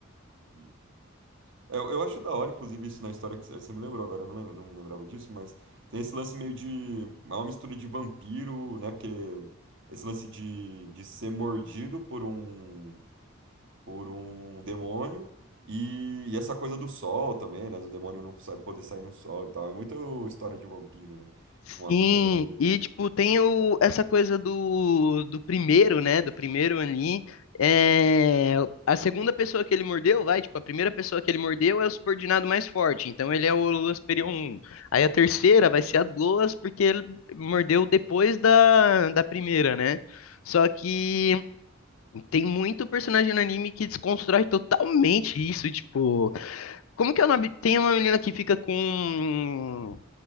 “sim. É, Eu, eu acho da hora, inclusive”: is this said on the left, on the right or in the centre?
Right